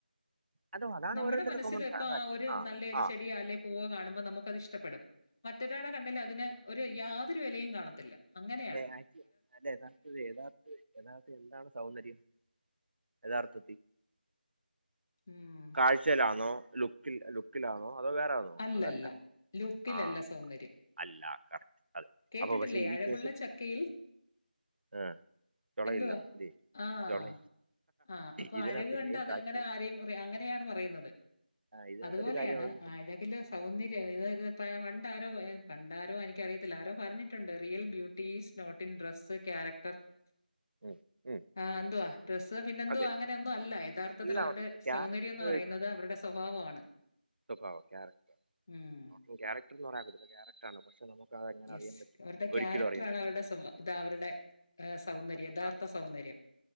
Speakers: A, on the right (about 85°); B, on the left (about 20°).
A: അതോ അതാണ്
B: നമ്മുടെ
A: ഓരോരുത്തരുടെ
B: മനസ്സില്
A: കോമൺ ഫാക്ട്
B: ഇപ്പൊ ആ ഒരു നല്ല ഒരു
A: ആ
B: ചെടിയാ അല്ലേ പൂവോ കാണുമ്പോൾ നമുക്ക് അത് ഇഷ്ടപ്പെടും മറ്റൊരാടെ കണ്ണിൽ അതിന് ഒരു യാതൊരു വിലയും കാണത്തില്ല അങ്ങനെ
A: ഏ ആ അല്ല യഥാർത്ഥത്തിലെ യഥാർത്ഥ യഥാർത്ഥത്തില് എന്താണ് സൗന്ദര്യം യഥാർത്ഥത്തി
B: ഉം
A: കാഴ്ചയിലാന്നോ ലു ലുക്കിൽ ലുക്കിലാണോ അതോ വേറാന്നോ
B: അല്ലല്ല
A: അതല്ല
B: ലുക്കിലല്ല
A: ആ
B: സൗന്ദര്യം
A: അല്ല കറക്റ്റ് അതെ
B: കേട്ടിട്ടില്ലേ
A: അപ്പൊ പക്ഷെ ഈ
B: അഴകുള്ള
A: കേസിൽ
B: ചക്കയിൽ
A: ആ തുളയില്ലെന്ന്
B: എന്തുവാ
A: ഇല്ലിയോ
B: ആഹ്
A: തൊള
B: ആഹ് അപ്പൊ
A: ഇതിനകത്തെ
B: അഴക് കണ്ട
A: മെയിൻ
B: അത്
A: ഫാക്ട്
B: അങ്ങനെ ആരെയും പറ അങ്ങനെയാണ് പറയുന്നത്
A: ഇതിനകത്ത്
B: അതുപോലെയാണ്
A: ഒരു കാര്യം അവൻ ശ്രദ്ധി-
B: ആഴ ഒന്ന് ഇത് പണ്ടാരോ പണ്ടാരോ എനിക്കറിയത്തില്ല ആരോ പറഞ്ഞിട്ടുണ്ട് real beauty is not in dress character
A: ഉം, ഉം,
B: ആ എന്തുവാ ഡ്രസ്സ് പിന്നെന്തുവാ
A: അതെ
B: അങ്ങനെ ഒന്നും അല്ല യഥാർത്ഥത്തിൽ
A: എല്ലാം
B: അവരുടെ
A: ഉണ്ട് ക്യാരക്ടർ
B: സൗന്ദര്യം എന്ന് പറയുന്നത്
A: വൈസ് ആണ്
B: അവരുടെ സൗ സ്വഭാവമാണ്
A: സ്വഭാവം ക്യാരക്ടറ്
B: ഉം
A: അപ്പം ക്യാരക്ടർ എന്ന് പറയാൻ പറ്റത്തില്ല ക്യാരക്ടറാണോ പക്ഷെ നമുക്ക് അതെങ്ങനെ
B: യെസ്
A: അറിയാൻ പറ്റും
B: അവരുടെ ക്യാരക്ടറാണ്
A: ഒരിക്കലും അറിയാൻ പറ്റു
B: അവരുടെ സ്വഭാ ഇതാ അവരുടെ ആ, സൗന്ദര്യം
A: പക്ഷെ
B: യഥാർത്ഥ സൗന്ദര്യം